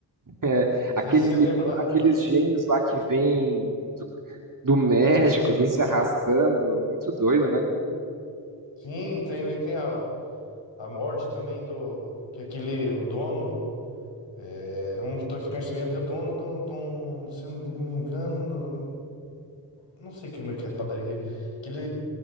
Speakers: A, on the right; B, on the left.
A: é,
B: Não
A: aqueles,
B: sei se você lembra da.
A: aqueles
B: da-
A: gêmeos lá que vêm do, do México, vêm se arrastando, muito doido, né?
B: Sim, tem, tem a, a morte também do. Que aquele o dono. É, um dos traficantes mesmo é dono de um. de um- Se não me engano. Não sei como é que é a padaria que, que ele,